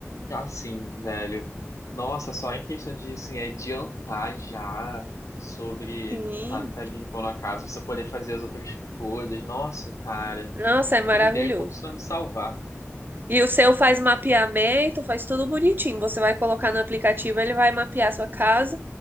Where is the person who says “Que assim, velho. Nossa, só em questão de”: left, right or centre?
Left